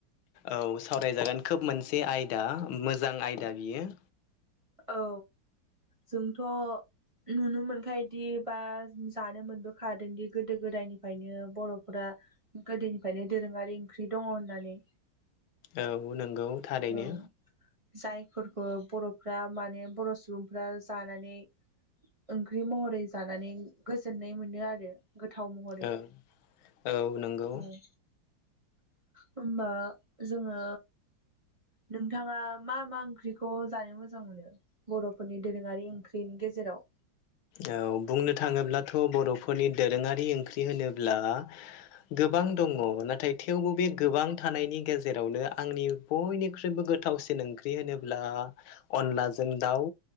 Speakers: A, on the left; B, on the right.
A: औ सावरायजागोन खोब मोनसे आयदा मोजां आयदा बियो।
B: औ जोंथ'। नुनो मोनखायोदि बा जानो मोनबोखादोंदि गोदो गोदायनिफ्रायनो बर'फोरा। गोदोनिफ्रायनो दोरोङारि ओंख्रि दङ' होननानै।
A: औ नंगौ थारैनो।
B: औ जायफोरखौ बर'फ्रा माने बर' सुबुंफ्रा जानानै ओंख्रि महरै जानानै गोजोननाय मोनो आरो गोथाव महरै
A: औ औ नंगौ
B: न' होमबा जोङो नोंथाङा मा मा ओंख्रिखौ जानो मोजां मोनो। बर'फोरनि दोरोङारि ओंख्रिनि गेजेराव।
A: औ बुंनो थाङोब्लाथ' बर'फोरनि दोरोङारि ओंख्रि होनोब्ला गो गोबां दङ नाथाय थेवबो बे गोबां थानायनि गेजेरावनो आंनि बयनिख्रुइबो गोथावसिन ओंख्रि होनोब्ला अनलाजों दाउ।